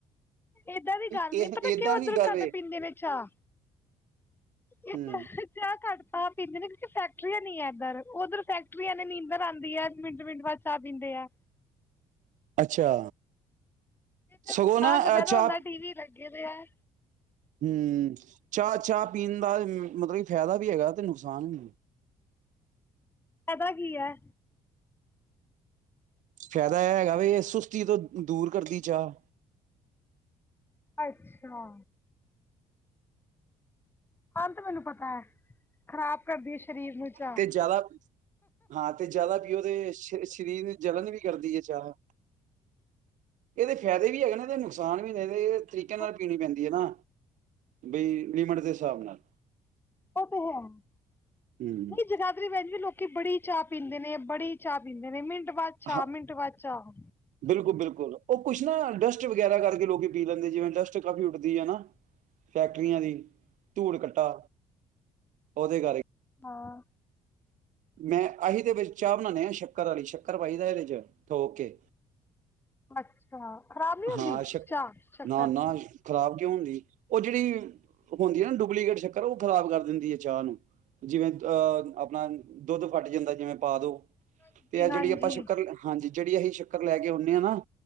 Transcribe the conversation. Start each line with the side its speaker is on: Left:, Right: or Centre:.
Left: ਏਦਾਂ ਦੀ ਗੱਲ
Right: ਇਹ
Left: ਨੀ ਪਤਾ
Right: ਏਦਾਂ
Left: ਕਿਉਂ ਉੱਧਰੋਂ
Right: ਦੀ ਗੱਲ
Left: ਕੱਟ
Right: ਏ
Left: ਪੀਂਦੇ ਨੇ ਚਾਹ
Right: ਹੂੰ
Left: ਦਾਂ ਚਾਹ ਘੱਟ ਆਹਿੰਦੇ ਕੁ ਫੈਕਟਰੀ ਨ ਆਏਦਾ ਉਧਰ ਫੈਕਟਰੀਆਂ ਨੇ ਨੀਦਰ ਆਉਂਦੀ ਹੈ ਮਿੰਟ ਮਿੰਟ ਬਾਅਦ ਚਾਹ ਪੀਂਦੇ ਆ
Right: ਅੱਛਾ
Left: ਇੱਧਰ
Right: ਸਗੋਂ
Left: ਦੁਕਾਨ
Right: ਨਾ
Left: ਤੇ ਬਹਿਣਾ
Right: ਅਹ ਚਾ
Left: ਹੁੰਦਾ ਟੀਵੀ ਲੱਗੇ ਦੇ ਐ
Right: ਹਮ ਚਾਹ ਚਾਹ ਪੀਣ ਦਾ ਮਤਲਬ ਕਿ ਫ਼ਾਇਦਾ ਵੀ ਹੈਗਾ ਤੇ ਨੁਕਸਾਨ ਵੀ
Left: ਪਤਾ ਕੀ ਹੈ
Right: ਫਾਇਦਾ ਇਹ ਹੈਗਾ ਵੀ ਇਹ ਸੁਸਤੀ ਤੋਂ ਦੂਰ ਕਰਦੀ ਚਾਹ
Left: ਅੱਛਾ ਅੰਤ ਮੈਨੂੰ ਪਤਾ ਹੈ ਖ਼ਰਾਬ ਕਰਦੀ ਸਰੀਰ ਨੂੰ ਚਾਹ।
Right: ਤੇ ਜ਼ਿਆਦਾ ਹਾਂ ਤੇ ਜ਼ਿਆਦਾ ਪਓਦੇ ਸਰੀਰ ਜਲਣ ਵੀ ਕਰਦੀ ਹੈ ਚਾਰ ਇਹਦੇ ਫਾਇਦੇ ਵੀ ਹੈਗੇ ਨਾ ਇਹਦੇੁਕ ਕਿਸਾਨ ਮਹੀਨੇ ਦੇ ਤਰੀਕੇ ਨਾਲ
Left: ਉਹ
Right: ਪੀਣੀ ਪੈਂਦੀ ਹੈ ਨਾ ਬਈ ਲੀਮਡ ਦੇਿਸਾਬ ਨਾਲ
Left: ਉਹ ਤੇ ਹੈ ਨਹੀਂ
Right: ਹੂੰ
Left: ਜਗਾਦਰੀ ਵਿੱਚੈ ਵੀ ਲੋਕ ਕਿ ਬੜੀ ਚਾਹ ਪੀਂਦੇ ਨੇ ਬੜੀ ਚਾਹ ਪੀਂਦੇ ਨੇ ਮਿੰ ਮਿੰਟ ਬਾਅਦ ਚਾਹ
Right: ਹਾਂ
Left: ਮਿੰਟ ਬਾਅਦ ਚਾਹ
Right: ਬਿਲਕੁਲ-ਬਿਲਕੁਲ ਉਹ ਕੁਛ ਨਾ ਡਸਟ ਵਗੈਰਾ ਕਰਕੇ ਲੋਕ ਪੀ ਲੈਂਦੇ ਜਿਵੇਂ ਡਸਟ ਕਾਫੀ ਉੱਡਦੀ ਹੈ ਨਾ ਫੈਕਟਰੀਆਂ ਦੀ ਧੂੜ ਕੱਟਾ ਉਹਦੇ ਕਰਕੇ
Left: ਹਾਂ
Right: ਮੈਂ ਅਸੀ ਤੇ ਵਿੱਚ ਚਾਹ ਬਣਾਉਂਦੇ ਆਾਂ ਸ਼ੱਕਰ ਵਾਲੀ ਸ਼ੱਕਰ ਪਾਈਦਾ ਇਹਦੇ ਚ ਠੋਕ ਕੇ
Left: ਅੱਛਾ ਖਰਾਬ ਨੀ ਹੁੰਦੀ
Right: ਹਾਂ ਸ਼ੱਕ
Left: ਚਾਹ ਚੱਕਰ
Right: ਨਾ-ਨਾ ਖ਼ਰਾਬ ਹੁੰਦੀ ਉਹ ਜਿਹੜੀ ਹੁੰਦੀ ਹੈ ਨਾ ਡੁਪਲੀਕੇਟ ਸ਼ੱਕਰ ਉਹ ਖਰਾਬ ਕਰ ਦਿੰਦੀ ਹੈ ਚਾਹ ਨੂੰ ਜਿਵੇਂ ਅਹ ਆਪਣਾ ਦੁੱਧ ਫੱਟ ਜਾਂਦਾ ਜਿਵੇਂ ਪਾ ਦੋ
Left: ਹਾਂਜੀ
Right: ਤੇ ਆ
Left: ਹਾਂਜੀ
Right: ਜਿਹੜੀ ਆਪਾਂ ਸ਼ੱਕਰ ਹਾਂਜੀ ਜਿਹੜੀ ਅਸੀਂ ਸ਼ਰ ਲੈ ਕੇ ਆਉੇ ਆਾਂ ਨਾ